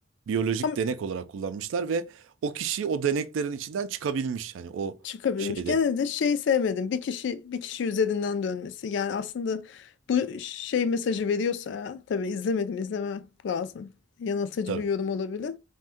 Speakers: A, on the right (about 85°); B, on the left (about 65°).
A: Biyolojik
B: ama.
A: denek olarak kullanmışlar ve o kişi o deneklerin içinden çıkabilmiş hani o
B: çıkabilmiş.
A: şeyde
B: Gene de şeyi sevmedim. Bir kişi bir kişi üzerinden dönmesi. Yani aslında bu şey mesajı veriyorsa ya, tabii izlemedim, izleme lazım. Yanıltıcı
A: tabii.
B: bir yorum olabilir.